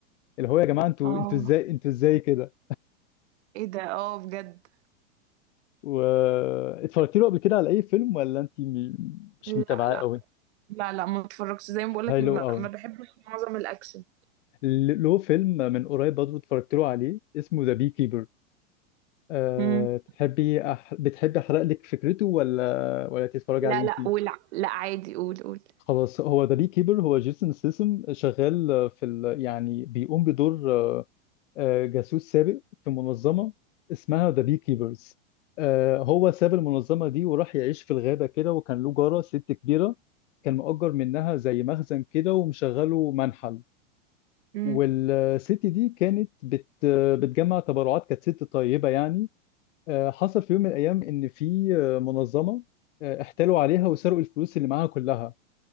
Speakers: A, on the left; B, on the right.
A: اللي هو يا جماعة انتوا
B: اه
A: انتوا ازاي انتوا ازاي كده
B: ايه ده اه بجد
A: و اتفرجتي له قبل كده على اي فيلم ولا انت م- مش
B: لا
A: متابعاه
B: لا
A: قوي
B: لا لا ما اتفرجش زي ما بقولك
A: هاي
B: ما,
A: لو قوي
B: ما بحبش معظم الاكشن
A: ل- له فيلم من قريب برضه اتفرجت له عليه اسمه ذا بي كيبر أه
B: امم
A: تحبي أح... بتحبي احرق لك فكرته ولا ولا تتفرجي
B: لا
A: عليه انت
B: لا ولا لا عادي قول قول
A: خلاص هو ذا بي كيبر هو جيسون سيسم شغال في ال... يعني بيقوم بدور آه، جاسوس سابق في منظمة اسمها ذا بي كيبرز هو ساب المنظمة دي وراح يعيش في الغابة كده وكان له جارة ست كبيرة كان مؤجر منها زي مخزن كده ومشغله منحل
B: امم
A: والست دي كانت بت... بتجمع تبرعات كانت ست طيبة يعني آه، حصل في يوم من الأيام إن في آه، منظمة آه، احتالوا عليها وسرقوا الفلوس اللي معاها كلها